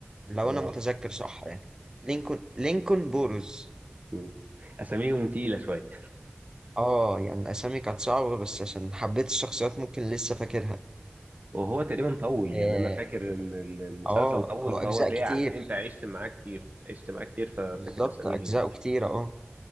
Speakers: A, on the right (about 20°); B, on the right (about 40°).
A: لو
B: اه
A: أنا متذكر صح يعني لينكولن لينكولن بوروز
B: مم. اساميهم تقيله شويه
A: اه يعني الأسامي كانت صعبة بس عشان حبيت الشخصيات ممكن لسه فاكرها
B: وهو تقريبا طول يعني
A: اه
B: انا فاكر ان ال- المسلسل
A: آه،
B: طول
A: هو
B: فهو
A: أجزاء
B: تلاقي
A: كتير
B: ع- انت عشت معاه كتير عشت معاه كتير ففاكر
A: بالظبط
B: اساميهم
A: أجزاءه كتير اه